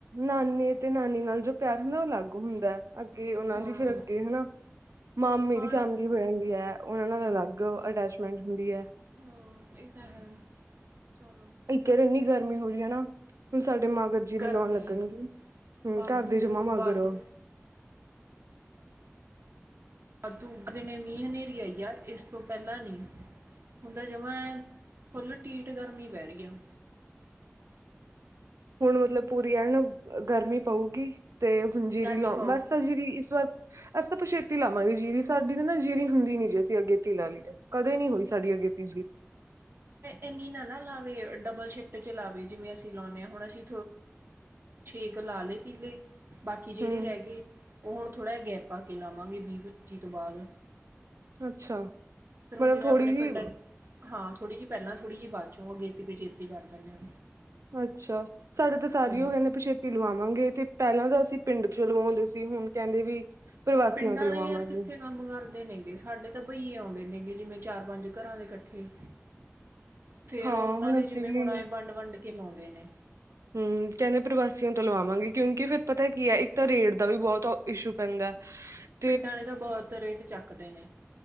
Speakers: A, on the right; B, on the right.
A: ਨਾਨੇ ਤੇ ਨਾਨੀ ਨਾਲ ਜੋ ਪਿਆਰ ਹੁੰਦਾ, ਉਹ ਅਲਗ ਹੁੰਦਾ। ਅੱਗੇ ਉਹਨਾਂ
B: ਹਾਂ
A: ਦੀ ਫਿਰ ਅੱਗੇ ਹਨਾ, ਮਾਮੇ
B: ਹਾਂ
A: ਦੀ ਫੈਮਿਲੀ
B: ਇਹ
A: ਹੋਦੀ ਹੈ, ਉਹਨਾ ਨਾਲ ਅਲੱਗ ਅਟੈਚਮੈਂਟ ਹੁੰਦੀ ਹੈ।
B: ਹਾਂ, ਇਹ ਤਾਂ ਹੈ। ਚਲੋ।
A: ਇੱਕ ਯਾਰ, ਇੰਨੀ ਗਰਮੀ ਹੋ ਰਹੀ ਹੈ ਨਾ, ਹੁਣ ਸਾਡੇ ਮਗ ਜੀ ਦੀ
B: ਗਰਮੀ
A: ਲਾਉਣ ਲੱਗਣਗੇ। ਹਮ,
B: ਵਾਧੂ
A: ਘਰ ਦੀ ਜਮਾ ਮਾਗਰੋ।
B: ਵਾਧੂ ਵਾਧੂ ਉੱਗਦੇ ਨੇ, ਮੀਂਹ-ਹਨੇਰੀ ਆਈ ਆ, ਇਸ ਤੋਂ ਪਹਿਲਾਂ ਨਹੀ। ਹੁਣ ਤਾਂ ਜਮਾ ਐ, ਫੁੱਲ ਢੀਠ ਗਰਮੀ ਪੈ ਰਹੀ ਆ।
A: ਹੁਣ ਮਤਲਬ ਪੂਰੀ ਐਨ ਗਰਮੀ ਪਊਗੀ ਤੇ ਹੁਣ ਜੀਰੀ
B: ਗਰਮੀ
A: ਲਾ,
B: ਪਾਊਗੀ
A: ਵੈਸੇ ਤਾਂ ਜੀਰੀ ਇਸ ਵਾਰ ਅਸੀਂ ਤਾਂ ਪਛੇਤੀ ਲਾਵਾਂਗੇ ਜੀਰੀ, ਸਾਡੀ ਤਾਂ ਨਾ ਜੀਰੀ ਹੁੰਦੀ ਨੀ ਜੀ, ਅਸੀਂ ਅਗੇਤੀ ਲਾ ਲਈਏ। ਕਦੇ ਨਹੀਂ ਹੋਈ ਸਾਡੀ ਅਗੇਤੀ ਜੀਰੀ।
B: ਏਨੀ ਨਾ, ਨਾ ਲਾਵੇ, ਡਬਲ ਸ਼ਿਫਟ'ਚ ਲਾਵੇ, ਜਿਵੇਂ ਅਸੀਂ ਲਾਉਂਨੇ ਹਾਂ ਹੁਣ ਅਸੀਂ ਛੇ ਕ ਲਾਲੇ ਕਿਲੇ। ਬਾਕੀ ਜਿਹੜੇ
A: ਹਮ
B: ਰਹਿ ਗਏ, ਉਹ ਹੁਣ ਥੋੜ੍ਹਾ ਜਿਹਾ ਗੈਪ ਪਾ ਕੇ ਲਾਵਾਂਗੇ, ਵੀਹ-ਪੱਚੀ ਤੋਂ ਬਾਅਦ।
A: ਅੱਛਾ।
B: ਫੇਰ ਰੁਣ
A: ਮਤਲਬ
B: ਜਿਵੇਂ
A: ਥੋੜ੍ਹੀ
B: ਆਪਣੇ
A: ਜਿਹੀ
B: ਪਿੰਡ'ਚ ਹਾਂ, ਥੋੜੀ ਜਿਹੀ ਪਹਿਲਾਂ, ਥੋੜ੍ਹੀ ਜਹੀ ਬਾਅਦ'ਚੋਂ ਅਗੇਤੀ-ਪਛੇਤੀ ਕਰ ਦਿੰਦੇ ਹਾਂ।
A: ਅੱਛਾ। ਸਾਡੇ ਤਾਂ ਸਾਰੀ
B: ਹੂੰ
A: ਉਹ ਕਹਿੰਦੇ ਪਛੇਤੀ ਲਵਾਵਾਂਗੇ, ਤੇ ਪਹਿਲਾਂ ਤਾਂ ਅਸੀਂ ਪਿੰਡ'ਚ ਲਵਾਉਂਦੇ ਸੀ, ਹੁਣ ਕਹਿੰਦੇ ਵੀ ਪ੍ਰਵਾਸੀਆਂ
B: ਪਿੰਡਾਂ
A: ਤੋਂ
B: ਆਲੇ
A: ਲਵਾਵਾਂਗੇ
B: ਯਾਰ, ਕਿੱਥੇ ਕੰਮ ਕਰ ਦੇ ਨੇਗੇ, ਸਾਡੇ ਤਾਂ ਬਈਏ ਆਉਂਦੇ ਨੇਗੇ, ਜਿਵੇਂ ਚਾਰ-ਪੰਜ ਘਰਾਂ ਦੇ ਇਕੱਠੇ। ਫੇਰ
A: ਹਾਂ
B: ਉਹਨਾਂ ਦੇ
A: ਅਸੀਂ
B: ਜਿਵੇਂ
A: ਵੀ
B: ਹੁਣ ਆਏ, ਵੰਡ-ਵੰਡ ਕੇ ਲਾਉਂਦੇ ਨੇ।
A: ਹੂ ਕਹਿੰਦੇ ਪ੍ਰਵਾਸੀਆਂ ਤੋਂ ਲਵਾਵਾਂਗੇ, ਕਿਉਂਕਿ ਫਿਰ ਪਤਾ ਕੀ ਹੈ, ਇੱਕ ਤਾਂ ਰੇਟ ਦਾ ਵੀ ਬਹੁਤ ਇਸ਼ੂ ਪੈਂਦਾ। ਹ
B: ਪਿੰਡਾਂ ਆਲੇ ਤਾਂ ਬਹੁਤ ਰੇਟ ਚੱਕਦੇ ਨੇ।